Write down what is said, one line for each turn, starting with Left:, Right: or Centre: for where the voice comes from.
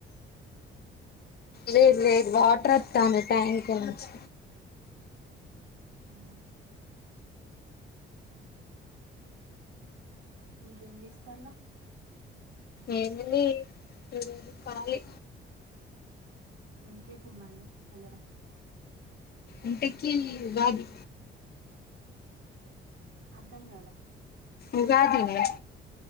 Left: లేద్ లేద్ వాటర్ ఒత్తాంది ట్యాంక్ నుంచి
Right: అవునా ఇంకేం జేస్తర్లో
Left: ఏముంది ఇంటి దగ్గర కాళీ
Right: ఇంటికేప్పుడు మళ్ళీ ఎళ్ళడం
Left: ఇంటకి ఉగాది
Right: అర్ధం గాల
Left: ఉగాది నే